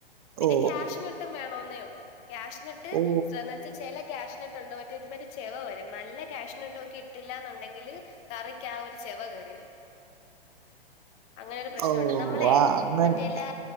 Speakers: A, on the left; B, on the right.
A: പിന്നെ
B: ഓ
A: ക്യാഷിനട്ടും വേണോന്നേ ഉള്ളൂ ക്യാഷിനട്ട്
B: ഓ
A: സ്ര ചെല ക്യാഷ്നട്ട്ണ്ട് മറ്റൊരുമാരി ചെവ വരും നല്ല ക്യാഷിനട്ടോക്കി ഇട്ടില്ലാന്ന്ണ്ടെങ്കില് കറിക്കാ ഒര് ചെവ കേറിവരും അങ്ങനൊരു പ്രശ്നൊണ്ട്
B: ഓ
A: നമ്മളെ
B: ആ അങ്ങനണ്ട
A: മറ്റേല്ലേ